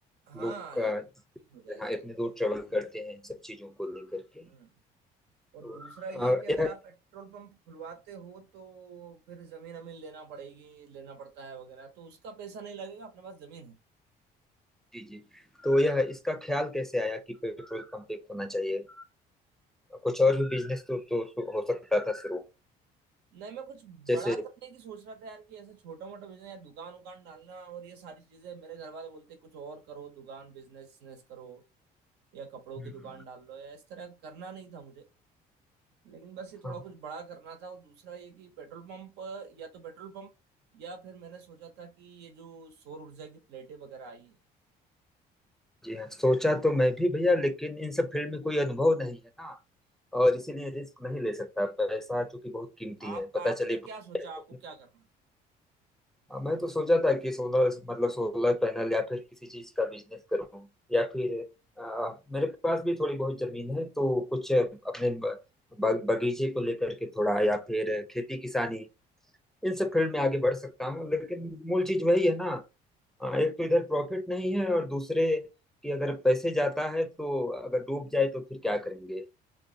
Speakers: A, on the right (about 80°); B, in the centre.
A: हाँ
B: लोग अ,
A: एक चीज हो जाएगी
B: हाँ इतने
A: एक
B: दूर ट्रेवल करते हैं इन सब चीजों को लेकर के
A: हम्म और
B: तो
A: दूसरा ये
B: अ,
A: कि अगर
B: यह
A: आप पेट्रोल पंप खुलवाते हो तो फिर जमीन अमीन लेना पड़ेगी लेना पड़ता है वगैरह तो उसका पैसा नहीं लगेगा अपने पास जमीन है
B: जी जी तो यह इसका ख्याल कैसे आया कि पेट्रोल पंप एक होना चाहिए कुछ और भी बिजनेस तो, तो, तो हो सकता था शुरू
A: नहीं मैं कुछ
B: जैसे
A: बड़ा करने की सोच रहा था यार कि ऐसा छोटा मोटा बिजनेस या दुकान उकान डालना और ये सारी चीजें मेरे घर वाले बोलते कुछ और करो दुकान बिजनेस बिजनेस करो या कपड़ों
B: हम्म।
A: की दुकान डाल लो या इस तरह करना नहीं था मुझे लेकिन बस
B: हाँ,
A: ये थोड़ा कुछ बड़ा करना था और दूसरा ये कि पेट्रोल पंप या तो पेट्रोल पंप या फिर मैंने सोचा था कि ये जो सौर ऊर्जा की प्लेटें वगैरह आई हैं
B: जी हाँ सोचा तो मैं भी भैया लेकिन इन सब फील्ड में कोई अनुभव नहीं है ना और इसीलिए रिस्क नहीं ले सकता पैसा चूंकि बहुत कीमती
A: आप
B: है पता
A: आपने
B: चले
A: क्या
B: डूब
A: सोचा
B: जाए
A: आपको क्या करना है?
B: हाँ, मैं तो सोचा था कि सोलर मतलब सोलर पैनल या फिर किसी चीज का बिजनेस करूं या फिर आ, मेरे पास भी थोड़ी बहुत जमीन है तो कुछ अपने ब, ब- बगीचे को लेकर के थोड़ा या फिर खेती किसानी इन सब फील्ड में आगे बढ़ सकता हूँ लेकिन मूल चीज वही है ना आ, एक तो इधर प्रॉफिट नहीं है और दूसरे कि अगर पैसे जाता है तो अगर डूब जाए तो फिर क्या करेंगे